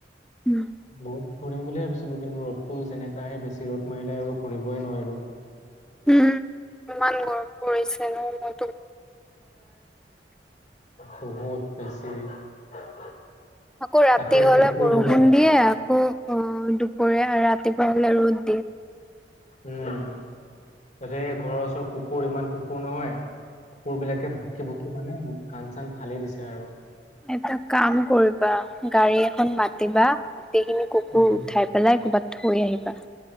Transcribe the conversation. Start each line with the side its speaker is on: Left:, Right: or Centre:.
Centre: উম
Left: বহুত ঘূৰিম বুলিয়ে ভাবিছিলোঁ কিন্তু ৰ'তটো যেনেকা হে বেছি ৰ'দ মাৰিলে আৰু ঘূৰিবই নোৱাৰিলো।
Centre: উম উম ইমান গৰম পৰিছে ন মই
Left: বহুত বেছি। <unintelligible>
Centre: আকৌ ৰাতি
Left: তাতে
Centre: হলে
Left: কুকুৰ
Centre: বৰষুণ
Left: বিলাক
Centre: দিয়ে আকৌ অ দুপৰীয়া ৰাতিপুৱা হলে ৰ'দ দিয়ে।
Left: উম তাতে ঘৰৰ ওচৰত কুকুৰ ইমান কুকুৰ নহয়। কুকুৰ বিলাকে ভকি ভকি মানে কাণ চান ফালি দিছে আৰু।
Centre: এটা কাম কৰিবা গাড়ী এখন মাতিবা গোটেইখিনি কুকুৰ
Left: উম
Centre: উঠাই পেলাই ক'ৰবাত থৈ আহিবা।